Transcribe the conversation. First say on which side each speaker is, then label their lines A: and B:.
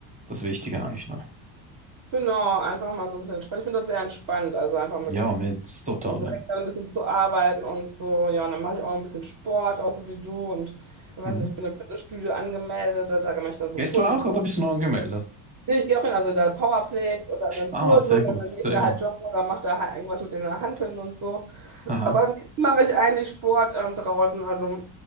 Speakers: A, on the right (about 15°); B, on the right (about 40°).
A: das Wichtige eigentlich noch.
B: Genau, einfach mal so ein bisschen entspannt. Ich finde das sehr entspannt, also einfach mit
A: Ja, mit totalem.
B: dem Dreck da ein bisschen zu arbeiten und so. Ja, und dann mache ich auch ein bisschen Sport, auch so wie du und ich weiß
A: Mhm.
B: nicht, ich bin im Fitnessstudio angemeldet, da mache ich dann so
A: Gehst
B: Kurse.
A: du auch oder bist du noch angemeldet?
B: Nee, ich gehe auch hin, also da Powerplay oder dann
A: Ah,
B: Kurse
A: sehr
B: oder
A: gut,
B: dann
A: sehr
B: geht da
A: gut.
B: halt joggen oder macht da halt irgendwas mit den Hanteln und so.
A: Aha.
B: Aber am liebsten mache ich eigentlich Sport ähm, draußen. Also,